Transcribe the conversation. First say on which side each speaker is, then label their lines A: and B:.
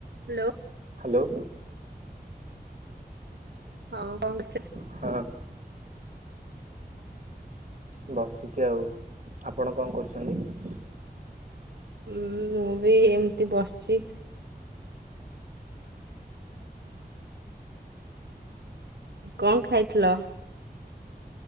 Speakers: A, on the right; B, on the right.
A: Hello.
B: Hello.
A: ହଁ କଣ କରଛ।
B: ହଁ। ବସିଛି ଆଉ ଆପଣ କଣ କରୁଛନ୍ତି?
A: ହୁଁ ମୁଁ ବି ଏମିତି ବସିଛି। କଣ ଖାଇଥିଲ?